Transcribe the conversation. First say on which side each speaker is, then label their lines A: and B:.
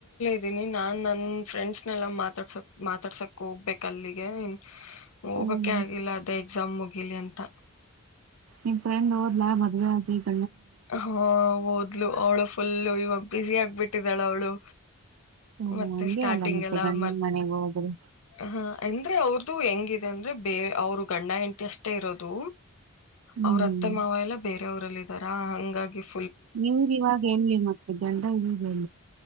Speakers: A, on the left; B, on the right.
A: ಇದೀನಿ ನಾನ್ ನನ್ ಫ್ರೆಂಡ್ಸ್ನೆಲ್ಲಾ ಮಾತಾಡ್ಸೊ ಮಾತಾಡ್ಸಕ್ ಹೋಗ್ಬೇಕ ಅಲ್ಲಿಗೆ ಇನ್ ಹೋಗಕೆ
B: ಹ್ಮ್
A: ಆಗಿಲ್ಲ ಅದೇ ಎಕ್ಸಾಮ್ ಮುಗಿ ಲಿ ಅಂತ
B: ನಿನ್ ಫ್ರೆಂಡ್ ಹಓದ್ಲಾ ಮದ್ವೆ ಆಗ ಈಗ
A: ಹ ಹೂದ ಮ್ಲು ಅವಳು ಫುಲ್ಲು ಇವಾಗ ಬಿಸಿ ಆಗ್ಬಿಟ್ಟಿದಾಳ ಅವಳು
B: ಹ್ಮ್
A: ಮತ್ತೆ
B: ಹಂಗೆ
A: ಸ್ಟಾರ್ಟಿಂಗ್
B: ಅಲ್ಲ ಮತ್ತೆ
A: ಎಲ್ಲ
B: ಗಂಡನ್
A: ಮ
B: ಮನೆಗೆ ಹೋದ್ರೆ
A: ಹ ಅಂದ್ರೆ ಅವ್ರದುು ಹೆಂಗಿದೆ ಅಂದ್ರೆ ಬೇರೆ ಅವ್ರು ಗಂಡ ಎಟಿ ಅಷ್ಟೇ ಇರೋದು
B: ಹ್ಮ್
A: ಅವ್ರ ಅತ್ತ ಮಾವ ಎಲ್ಲ ಬೇರೆ ಅವ್ರಲ್ಲ ಇದಾರಾ ಹಂಗ <unintelligible>
B: ನೀವ ಇವಾಗ ಎಲ್ಲಿ ಮತ್ತೆ ದಂಡ ಇಲ್ಲ